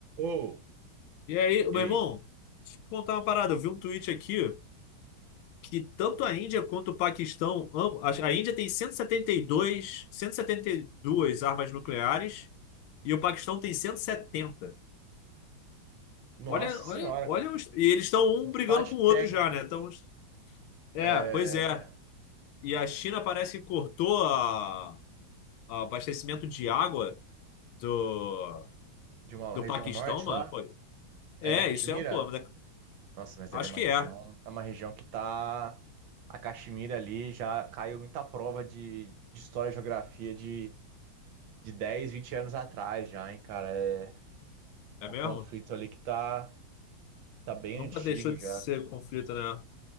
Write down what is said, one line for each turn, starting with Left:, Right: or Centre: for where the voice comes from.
Right: Ou,
Left: E aí, meu
Right: e aí?
Left: irmão, deixa eu te contar uma parada. Eu vi um tweet aqui que tanto a Índia quanto o Paquistão, ambos, a a Índia tem cento cento e setenta e dois, cento e setenta setenta dois, e 172 armas nucleares e o Paquistão tem 170.
Right: Nossa
Left: Olha,
Right: senhora,
Left: olha, olha
Right: cara.
Left: os- e eles estão um
Right: Um empate
Left: brigando com o outro
Right: técnico
Left: já, né? Então, é,
Right: é,
Left: pois é. E a China parece que cortou a, a abastecimento de água do,
Right: de uma
Left: do
Right: região
Left: Paquistão,
Right: norte
Left: mano.
Right: lá,
Left: Pô, é,
Right: é da Caxemira.
Left: isso é um problema. né?
Right: Nossa, mas
Left: Acho
Right: ali é uma
Left: que
Right: região,
Left: é.
Right: é uma região que tá. A Caxemira ali já caiu muita prova de, de história e geografia de, de 10, 20 anos atrás já, hein, cara. É,
Left: É
Right: é um
Left: mesmo?
Right: conflito ali que tá, tá bem
Left: Nunca
Right: antigo
Left: deixou de
Right: já,
Left: ser
Right: cara.
Left: conflito, né?